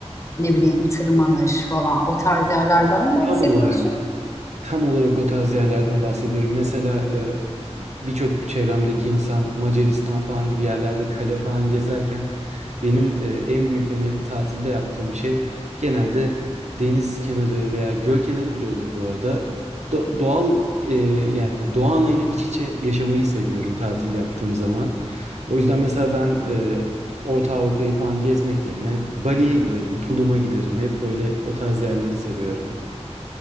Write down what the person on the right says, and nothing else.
Tam olarak. Tam olarak o tarz yerlerden bahsediyorum. Mesela e, birçok çevremdeki insan Macaristan falan gibi yerlerde kale falan gezerken benim e, en büyük hani tatilde yaptığım şey genelde deniz kenarı veya göl kenarı bile olur bu arada. Do- doğal e, yani doğa anayla iç içe yaşamayı seviyorum tatil yaptığım zaman. O yüzden mesela ben e, Orta Avrupa'yı falan gezmek yerine Bali'ye giderim, Tulum'a giderim. Hep böyle o tarz yerleri seviyorum.